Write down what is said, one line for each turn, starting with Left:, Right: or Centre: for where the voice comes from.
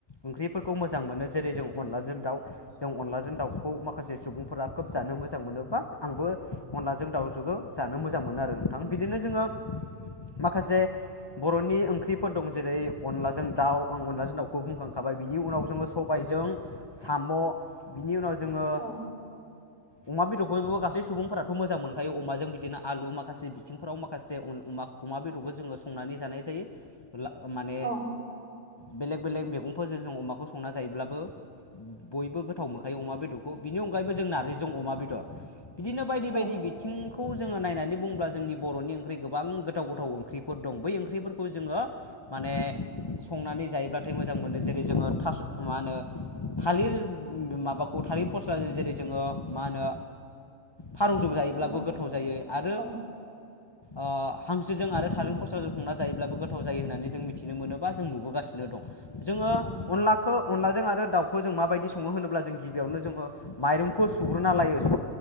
Left: ओंख्रिफोरखौ मोजां मोनो जेरै जों अनलाजों दाउ जों अनलाजों दाउखौ माखासे सुबुंफोरा खोब जानो मोजां मोनो बा आंबो अनलाजों दाउजोंखौ जानो मोजां मोनो आरो नोंथां बिदिनो जोङो माखासे बर'नि ओंख्रिफोर दं जेरै अनलाजों दाउ आं अनलाजों दाउखौ बुंखांखाबाय बिनि उनाव जोङो सबायजों साम' बिनि उनाव जोङो
Right: औ
Left: अमा बेदरखौ गासै सुबुंफोराथ' मोजां मोनखायो अमाजों बिदिनो आलु माखासे बिथिंफोराव माखासे अमा बेदरखौ जोङो संनानै जानाय जायो माने
Right: औ
Left: बेलेग बेलेग मैगंफोरजों जों अमाखौ संना जायोब्लाबो बयबो गोथाव मोनखायो अमा बेदरखौ बिनि अनगायैबो जों नारजिजों अमा बेदर बिदिनो बायदि बायदि
Right: औ
Left: बिथिंखौ जोङो नायनानै बुङोब्ला जोंनि बर'नि ओंख्रि गोबां गोथाव गोथाव ओंख्रिफोर दं बै ओंख्रिफोरखौ जोङो माने संनानै जायोब्लाथाय मोजां मोनो जेरै जोङो थास' मा होनो थालिर माबाखौ थालिर फस्ला जेरै जोङो मा होनो फारौजौ जायोब्लाबो
Right: हमना
Left: गोथाव जायो आरो
Right: औ
Left: ओ हांसोजों आरो थालेर फस्लाजों संना जायोब्लाबो गोथाव जायो होननानै जों मिथिनो मोनोबा जों नुबोगासिनो दं जोङो
Right: औ
Left: अनलाखो अनलाजों आरो दाउखौ जों माबायदि सङो होनोब्ला जों गिबियावनो जोङो माइरंखौ सुग्रोना लायो